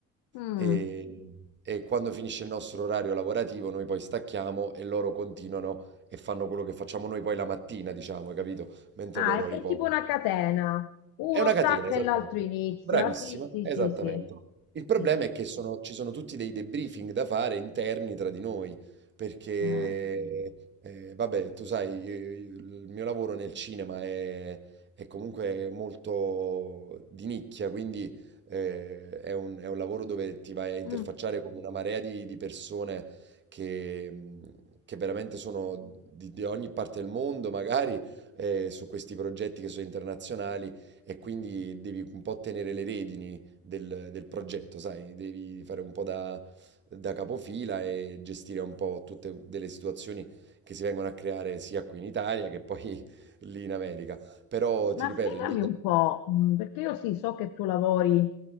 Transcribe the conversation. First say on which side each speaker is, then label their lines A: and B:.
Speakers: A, on the left; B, on the right.
A: Mm.
B: E, e quando finisce il nostro orario lavorativo, noi poi stacchiamo e loro continuano e fanno quello che facciamo noi poi la mattina, diciamo, hai capito? Mentre
A: Ah,
B: loro
A: è,
B: riposano.
A: è tipo una catena. Uno
B: È una
A: stacca
B: catena, esattamente.
A: e l'altro inizia.
B: Bravissima,
A: Sì, sì,
B: esattamente.
A: sì, sì.
B: Il problema
A: Sì, sì.
B: è che sono- ci sono tutti dei debriefing da fare interni tra di noi, perché,
A: Eh,
B: eh, vabbè, tu sai, io- io- il mio lavoro nel cinema è, è comunque molto di nicchia, quindi eh, è un, è un lavoro dove ti vai a interfacciare
A: mm.
B: con una marea di, di persone che, mh, che veramente sono di, di ogni parte del mondo, magari, eh, su questi progetti che sono internazionali, e quindi devi un po' tenere le redini del, del progetto, sai, devi fare un po' da, da capofila e gestire un po' tutte delle situazioni che si vengono a creare sia qui in Italia che poi <laughs> lì in America. Però
A: Ma
B: ti ripeto,
A: spiegami
B: in,
A: un po', mm, perché io sì, so che tu lavori